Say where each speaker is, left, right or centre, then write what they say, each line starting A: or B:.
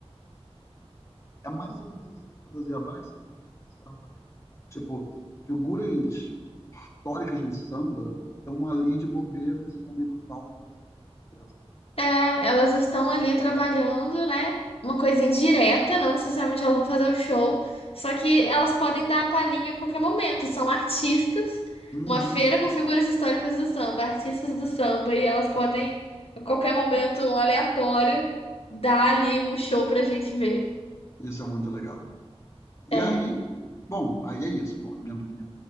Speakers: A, on the left; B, on the left.
A: É mais ou menos assim a Fedosia Abaixo, só que na versão samba, né? Tipo, figuras históricas do samba estão ali de bobeira, sobem no palco e fazem um show de graça.
B: É, elas estão ali trabalhando, né? Uma coisa indireta, não necessariamente elas vão fazer o show, só que elas podem dar a palhinha a qualquer momento. São artistas,
A: Uhum,
B: uma feira com figuras históricas do samba, artistas do samba, e elas podem, a qualquer momento, um aleatório, dar ali o show pra gente ver.
A: isso é muito legal. E
B: É,
A: aí, bom, aí é isso. Bom, minha opinião